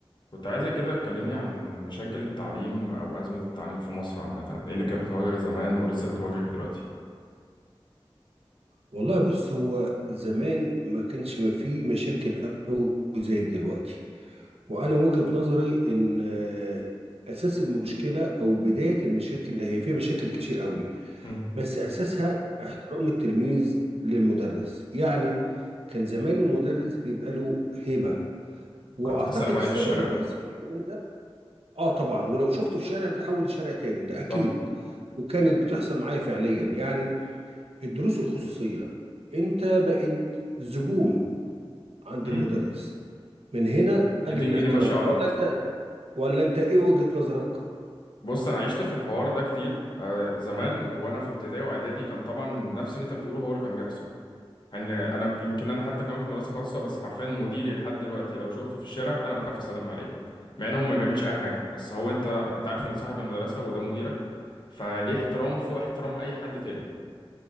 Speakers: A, on the left (about 50°); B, on the right (about 80°).
A: كنت عايزة كده تكلمني عن عن مشاكل التعليم أو أزمة التعليم في مصر عامة إيه اللي كانت بتواجهك زمان ولسه بتواجهك دلوقتي
B: والله بص هو زمان ما كانش ما فيه مشاكل قوي زي دلوقتي وانا وجهة نظري ان آه، اساس المشكلة او بداية المشاكل هي فيها مشاكل كتير قوي
A: مم.
B: بس اساسها احترام التلميذ للمدرس يعني كان زمان المدرس بيبقى له هيبة واعتقد
A: عرفت تسلم
B: السبب
A: عليه في الشارع
B: الرئيسي في الكلام ده اه طبعا ولو شفته في شارع بتحول لشارع تاني ده اكيد
A: صح
B: وكانت بتحصل معايا فعليا يعني الدروس الخصوصية انت بقيت زبون عند المدرس
A: مم.
B: من هنا
A: 200
B: قل الاحترام
A: جنيه ماشية على الأرض
B: ولا انت ولا انت ايه وجهة نظرك
A: بص أنا عشت في الحوار ده كتير آه، زمان وأنا في ابتدائي وإعدادي كان طبعا نفس اللي أنت بتقوله هو اللي كان بيحصل إن أنا يمكن أنا حتى كمان كنت مدرسة خاصة بس حرفيا مديري لحد دلوقتي لو شفته في الشارع أنا بخاف أسلم عليه مع إن هو ما بيعملش أي حاجة بس هو أنت أنت عارف إن ده صاحب المدرسة وده مديرك فليه احترام فوق احترام أي حد تاني